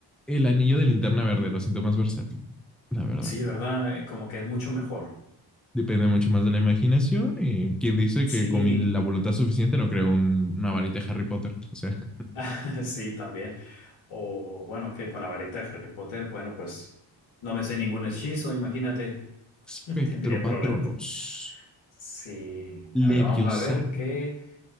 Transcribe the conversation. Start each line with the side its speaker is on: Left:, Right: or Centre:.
Centre: el anillo de linterna verde lo siento más versátil, la verdad.
Left: Sí, ¿verdad? Eh, Como que es mucho mejor.
Centre: Depende mucho más de la imaginación y quien dice que
Left: Sí,
Centre: con mi- la voluntad suficiente no creo un- una varita de Harry Potter. O sea, <laughs>
Left: <laughs> sí, también. O bueno, que con la varita de Harry Potter, bueno, pues no me sé ningún hechizo, imagínate.
Centre: espectro,
Left: <laughs> Tendría
Centre: patronos,
Left: problemas. Sí.
Centre: leviosa,
Left: A ver, vamos a ver qué